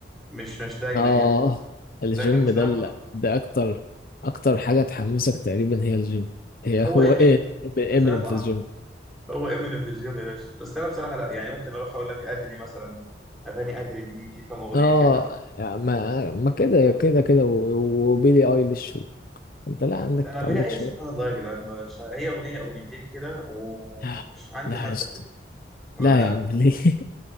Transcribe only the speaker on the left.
اه
الجيم
ده لا ده اكتر اكتر حاجة تحمسك تقريبا هي الجيم هي
<laughs> هو
ايه امينيم
في
الجيم
اه
ما ما كده
كده كده و- وبيلي ايليش انت لا عندك
عندك
شويه
لا
لا
يا اسطى
لا يا عم
ليه <laughs>